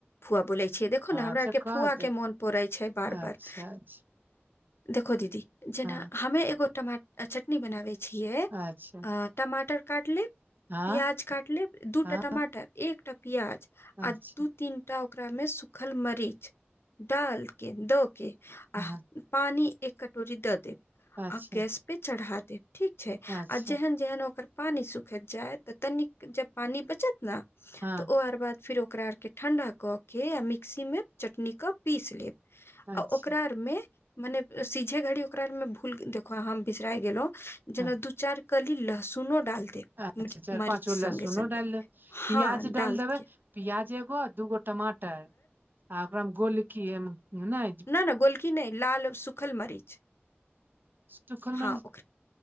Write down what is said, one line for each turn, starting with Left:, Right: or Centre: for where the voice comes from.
Left: फुआ बोलै छियै देखो नऽ हमरा
Right: अच्छा
Left: आरके
Right: कहते
Left: फुआ के मोन पड़ै छै बार
Right: अच्छा
Left: बार
Right: अच्छा
Left: देखो दीदी जेना
Right: हँ
Left: हमे एगो टमा चटनी बनाबै छियै
Right: अच्छा
Left: अ टमाटर काट लेब
Right: हँ
Left: प्याज काट लेब दूटा
Right: हँ
Left: टमाटर एकटा प्याज आ
Right: अच्छा
Left: दू तीनटा ओकरामे सुूखल मरीच डालके दऽ के
Right: हँ
Left: आ पानी एक कटोरी दऽ देब
Right: अच्छा
Left: आ गैस पे चढ़ा देब ठीक छै
Right: अच्छा
Left: आ जेहन जेहन ओकर पानी सुखैत जाय तऽ तनिक जब पानी बचत ने
Right: हँ
Left: तऽ ओ आर बाद फेर ओकरा आरके ठण्डा कऽ के आ मिक्सीमे चटनीीके पीस लेब
Right: अच्छा
Left: आ ओकरा आरमे मने सीझे घड़ी ओकरा मे भूल देखो बिसरा गेलहु जेना
Right: हँ
Left: दू चारि कली लहसुनो डालते
Right: अच्छा चारि
Left: मरीच
Right: पाँच गो
Left: संगे
Right: लहसुनो
Left: संगे
Right: डालि देब प्याज
Left: हँ डालके
Right: डालि देबै प्याज एगो दूगो टमाटर आ ओकरा मे गोल की ये ने
Left: ने ने गोलकी नहि लाल सुखल मरीच
Right: सुखल
Left: हँ
Right: मरीच
Left: ओकरा